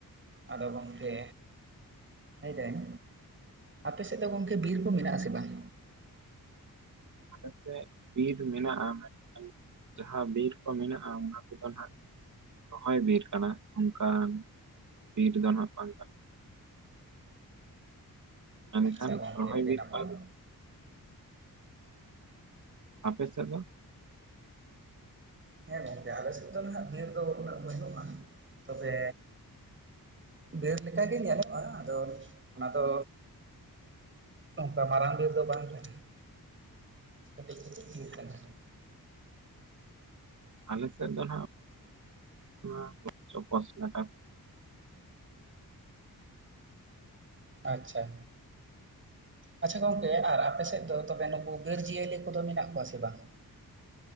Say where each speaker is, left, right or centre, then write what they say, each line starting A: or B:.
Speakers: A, on the right; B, on the right.
A: ᱟᱫᱚ ᱜᱚᱝᱠᱮ ᱤ-ᱫᱟᱹᱧ ᱟᱯᱮ ᱥᱮᱡ ᱫᱚ ᱜᱚᱝ ᱵᱤᱨ ᱠᱚ ᱢᱮᱱᱟᱜᱼᱟ ᱥᱮ ᱵᱟᱝ?
B: ᱟᱞᱮ ᱥᱮᱜ ᱵᱤᱨ ᱢᱮᱱᱟᱜᱼᱟ, ᱢᱮᱱᱠᱷᱟᱱ ᱡᱟᱦᱟᱸ ᱵᱤᱨ ᱠᱚ ᱢᱮᱱᱟᱜᱼᱟ ᱚᱱᱟ ᱠᱚᱫᱚ ᱦᱟᱜ ᱨᱚᱦᱚᱭ ᱵᱤᱨ ᱠᱟᱱᱟ ᱚᱱᱠᱟᱱ ᱵᱤᱨ ᱫᱚ ᱱᱟᱦᱟᱜ ᱵᱟᱝ᱾ ᱮᱱᱠᱷᱟᱱ
A: ᱟᱪᱪᱷᱟ ᱜᱚᱝᱠᱮ
B: ᱨᱚᱦᱚᱭ
A: ᱟᱹᱰᱤ
B: ᱵᱤᱨ
A: ᱱᱟᱯᱟᱭ
B: <inaudible> ᱟᱯᱮ ᱥᱮᱫ ᱫᱚ?
A: ᱦᱮᱸ ᱜᱚᱝᱠᱮ ᱟᱞᱮ ᱥᱮᱡ ᱫᱚ ᱢᱮᱱᱟᱜ ᱵᱤᱨ ᱫᱚ ᱩᱱᱟᱹᱜ ᱵᱟᱹᱱᱩᱜᱼᱟ᱾ ᱛᱚᱵᱮ ᱵᱮᱨ ᱞᱮᱠᱟ ᱜᱮ ᱧᱮᱞᱚᱜᱼᱟ ᱟᱫᱚ ᱚᱱᱟ ᱛᱚ ᱚᱝᱠᱟ ᱢᱟᱨᱟᱝ ᱵᱤᱨ ᱫᱚ ᱵᱟᱝ ᱠᱟᱱᱟ, ᱠᱟᱹᱴᱤᱡ ᱠᱟᱹᱴᱤᱡ ᱵᱤᱨ ᱠᱟᱱᱟ᱾
B: ᱟᱞᱮ ᱥᱮᱫ ᱫᱚ ᱦᱟᱸᱜ <inaudible> ᱪᱚᱯᱚᱥ ᱞᱟᱴᱟ ᱠᱚ <inaudible>
A: ᱟᱪᱪᱷᱟ᱾ ᱟᱪᱪᱷᱟ ᱜᱚᱝᱠᱮ ᱟᱨ ᱟᱯᱮ ᱥᱮᱡ ᱫᱚ ᱛᱚᱵᱮ ᱱᱩᱠᱩ ᱵᱤᱨ ᱡᱤᱭᱟᱹᱞᱤ ᱠᱚᱫᱚ ᱢᱮᱱᱟᱜ ᱠᱚᱣᱟ ᱥᱮ ᱵᱟᱝ?